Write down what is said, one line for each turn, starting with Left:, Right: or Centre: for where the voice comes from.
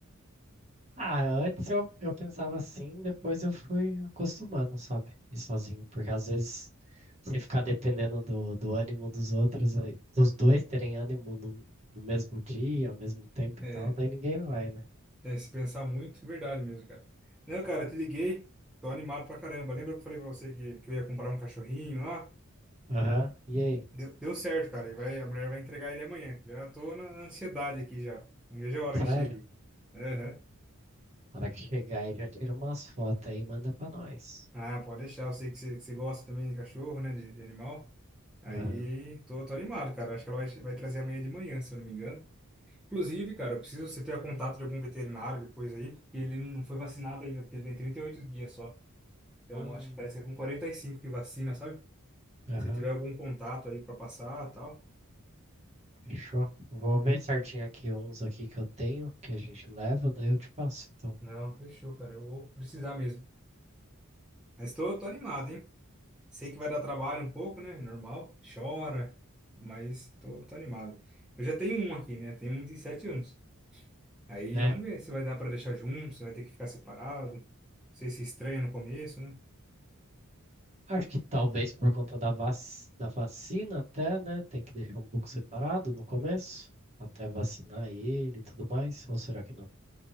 Right: Ah, antes eu, eu pensava assim, depois eu fui acostumando, sabe? Ir sozinho, porque às vezes você ficar dependendo do, do ânimo dos outros, aí- dos dois terem ânimo no, no mesmo dia, ao mesmo tempo
Centre: É,
Right: e tal, daí ninguém vai, né?
Centre: é, se pensar muito, é verdade mesmo, cara. Não, cara, te liguei, tô animado pra caramba. Lembra que eu falei pra você que, que eu ia comprar um cachorrinho lá?
Right: Aham, E aí?
Centre: Deu, deu certo, cara. E vai, a mulher vai entregar ele amanhã. Já tô na ansiedade aqui já. Não vejo a hora que
Right: Sério?
Centre: chegue. Aham.
Right: Na hora que chegar aí já tira umas fotos aí e manda pra nós.
Centre: Ah, pode deixar. Eu sei que você, que você gosta também de cachorro, né? De, de animal. Aí
Right: Aham.
Centre: tô, tô animado, cara. Acho que ela vai, vai trazer amanhã de manhã, se eu não me engano. Inclusive, cara, eu preciso você ter contato de algum veterinário depois aí. que Ele não foi vacinado ainda, porque ele tem 38 dias só. Então,
Right: Hum,
Centre: acho que parece que é com 45 que vacina, sabe?
Right: Aham,
Centre: Se tiver algum contato aí pra passar, e tal.
Right: Fechou. Vou ver certinho aqui uns aqui que eu tenho, que a gente leva, daí eu te passo, então.
Centre: Não, fechou, cara. Eu vou precisar mesmo. Mas tô, tô animado, hein? Sei que vai dar trabalho um pouco, né? Normal, chora, mas tô, tô animado. Eu já tenho um aqui, né? Tenho um de sete anos. Aí
Right: É,
Centre: vamos ver se vai dar pra deixar junto, se vai ter que ficar separado. Não sei se estranha no começo, né?
Right: Acho que talvez por conta da vac... da vacina até, né? Tem que deixar um pouco separado no começo, até vacinar ele e tudo mais. Ou será que não?